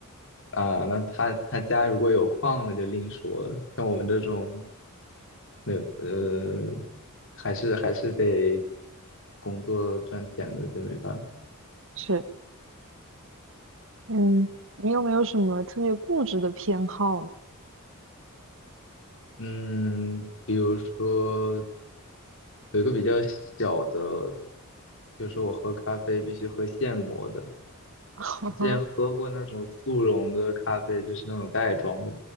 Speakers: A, on the left; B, on the right.
A: 啊，那他他家如果有矿，那就另说了。像我们这种，那呃，还是还是得工作赚钱的，就没办法。
B: 是嗯，你有没有什么特别固执的偏好呢？
A: 嗯，比如说有一个比较小的，就是我喝咖啡必须喝现磨的。
B: <laughs>
A: 我之前喝过那种速溶的咖啡，就是那种袋装的，